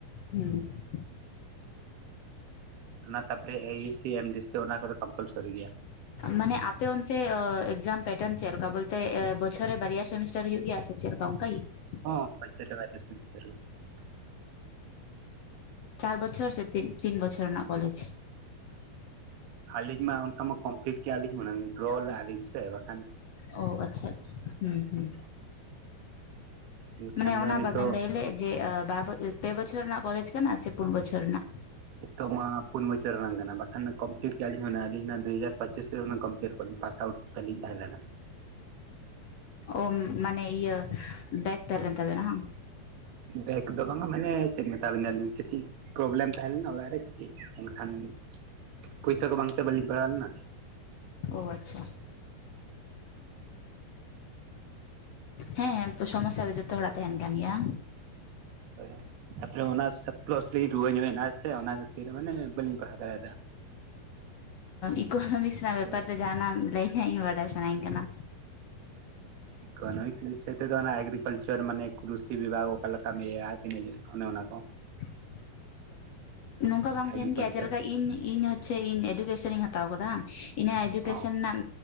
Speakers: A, on the left; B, on the right.
A: ᱦᱩᱸ
B: ᱚᱱᱟ ᱛᱟᱯᱚᱨᱮ ᱮ ᱩ ᱥᱤ, ᱮᱢ ᱡᱤ ᱥᱤ ᱚᱱᱟ ᱠᱚᱫᱚ ᱠᱚᱢᱯᱟᱞᱥᱚᱨᱤ ᱜᱮᱭᱟ᱾
A: ᱢᱟᱱᱮ ᱟᱯᱮ ᱚᱱᱛᱮ ᱮᱠᱡᱟᱢ ᱯᱮᱴᱟᱨᱱ ᱪᱮᱫ ᱞᱮᱠᱟ, ᱵᱚᱞᱛᱮ ᱵᱚᱪᱷᱚᱨ ᱨᱮ ᱵᱟᱨᱭᱟ ᱥᱮᱢᱤᱥᱴᱟᱨ ᱦᱩᱭᱩᱜᱜ ᱜᱮᱭᱟ ᱥᱮ ᱪᱮᱫ ᱞᱮᱠᱟ? ᱚᱱᱠᱟ ᱜᱮ
B: ᱦᱚᱸ <unintelligible>
A: ᱪᱟᱨ ᱵᱚᱪᱷᱚᱨ ᱥᱮ ᱛᱤᱱ ᱵᱚᱪᱚᱨ ᱨᱮᱱᱟᱜ ᱠᱚᱞᱮᱡᱽ?
B: ᱟᱹᱞᱤᱧ ᱢᱟ ᱚᱱᱠᱟ ᱢᱟ ᱠᱚᱢᱯᱞᱤᱴ ᱠᱮᱜ ᱞᱤᱧ ᱦᱩᱱᱟᱹᱝ, ᱰᱨᱚ ᱞᱮᱫᱼᱟ ᱞᱤᱧ ᱥᱮ ᱵᱟᱝ
A: ᱚ ᱟᱪᱪᱷᱟ ᱟᱪᱪᱷᱟ ᱦᱩᱸ ᱦᱩᱸ
B: ᱮᱱᱠᱷᱟᱱ
A: ᱢᱟᱱᱮ
B: ᱫᱚ
A: ᱚᱱᱟ
B: ᱱᱤᱛᱚᱜ
A: ᱵᱟᱵᱮᱱ ᱞᱟᱹᱭ ᱞᱮᱫ, ᱡᱮ ᱵᱟᱨ ᱯᱮ ᱵᱚᱪᱷᱚᱨ ᱨᱮᱱᱟᱜ ᱠᱚᱞᱮᱡᱽ ᱠᱟᱱᱟ ᱥᱮ ᱯᱩᱱ ᱵᱚᱪᱷᱚᱨ ᱨᱮᱱᱟᱜ
B: ᱱᱤᱛᱚᱜ ᱢᱟ ᱯᱩᱱ ᱵᱚᱪᱷᱚᱨ ᱨᱮᱱᱟᱜ ᱠᱟᱱᱟ᱾ ᱵᱟᱠᱷᱟᱱ ᱠᱚᱢᱯᱞᱤᱴ ᱠᱮᱭᱟ ᱞᱤᱧ ᱦᱩᱭᱱᱟ, ᱟᱹᱞᱤᱧ ᱫᱩ ᱦᱟᱡᱟᱨᱚᱸᱪᱤᱥ ᱨᱮ ᱠᱚᱢᱯᱞᱤᱴ ᱠᱚᱣᱟᱞᱤᱧ ᱯᱟᱥ ᱟᱟᱣᱩᱴ ᱵᱟᱹᱞᱤᱧ ᱛᱟᱦᱮᱸ ᱞᱮᱱᱟ᱾
A: ᱚ ᱢᱟᱱᱮ ᱤᱭᱟᱹ ᱵᱮᱜᱽ ᱛᱟᱦᱮᱸ ᱞᱮᱱ ᱛᱟᱵᱮᱱᱟ ᱦᱟᱝ
B: ᱵᱮᱜᱽ ᱫᱚ ᱵᱟᱝ-ᱟ ᱢᱟᱱᱮ ᱪᱮᱫ ᱢᱮᱛᱟᱵᱤᱱᱟᱞᱤᱧ ᱠᱟᱹᱴᱤᱡ ᱯᱨᱚᱵᱞᱮᱢ ᱛᱟᱦᱮᱸ ᱞᱮᱱᱟ ᱚᱲᱟᱜ ᱨᱮ ᱮᱱᱠᱷᱟᱱ ᱯᱚᱭᱥᱟ ᱠᱚ ᱵᱟᱝ ᱛᱮ ᱵᱟᱹᱞᱤᱧ ᱯᱟᱲᱦᱟᱣ ᱞᱮᱱᱟ᱾
A: ᱚ ᱟᱪᱪᱷᱟ ᱦᱮᱸ ᱦᱮᱸ ᱥᱚᱢᱚᱥᱥᱟ ᱫᱚ ᱡᱚᱛᱚ ᱦᱚᱲᱟᱜ ᱛᱟᱦᱮᱱ ᱠᱟᱱ ᱜᱮᱭᱟ᱾
B: ᱦᱳᱭ ᱛᱟᱯᱚᱨᱮ ᱚᱱᱟ <unintelligible> ᱨᱩᱣᱟᱹ ᱧᱚᱜ ᱮᱱᱟ ᱥᱮ ᱚᱱᱟ ᱠᱷᱟᱹᱛᱤᱨ ᱢᱟᱱᱮ ᱵᱟᱹᱞᱤᱧ ᱯᱟᱲᱦᱟᱣ ᱫᱟᱲᱮᱭᱟᱫᱟ᱾
A: ᱤᱠᱳᱱᱚᱢᱤᱠᱥ ᱨᱮᱱᱟᱜ ᱵᱮᱯᱟᱨ
B: ᱵᱟᱥ
A: ᱛᱮ ᱡᱟᱦᱟᱱᱟᱜ ᱞᱟᱹᱭ ᱠᱷᱟᱡ ᱵᱟᱰᱟᱭ ᱥᱟᱱᱟᱧ ᱠᱟᱱᱟ᱾
B: <inaudible> ᱤᱠᱳᱱᱚᱢᱤᱠᱥ ᱵᱤᱥᱚᱭ ᱛᱮᱫᱚ ᱚᱱᱟ ᱮᱜᱨᱤᱠᱟᱞᱪᱟᱨ ᱢᱟᱱᱮ <unintelligible> ᱵᱤᱵᱷᱟᱜᱽ ᱚᱠᱟ ᱞᱮᱠᱟ ᱤᱭᱟ. ᱛᱤᱱᱟᱹᱜ ᱤᱭᱟ. ᱜ ᱚᱱᱮ ᱚᱱᱟ ᱠᱚ᱾
A: <inaudible> ᱱᱚᱝᱠᱟ ᱵᱟᱝ
B: ᱮᱜᱽᱨᱤᱠᱟᱞᱪᱟᱨ
A: ᱛᱟᱦᱮᱱ ᱜᱮᱭᱟ? ᱡᱮᱞᱮᱠᱟ ᱤᱧ ᱤᱧ ᱦᱚᱪᱪᱮ ᱤᱧ ᱮᱰᱩᱠᱮᱥᱚᱱ ᱤᱧ ᱦᱟᱛᱟᱣ ᱠᱟᱫᱟ ᱦᱟᱝ ᱤᱧᱟᱜ ᱮᱰᱡᱩᱠᱮᱥᱚᱱ
B: ᱦᱚᱸ
A: ᱱᱟᱜ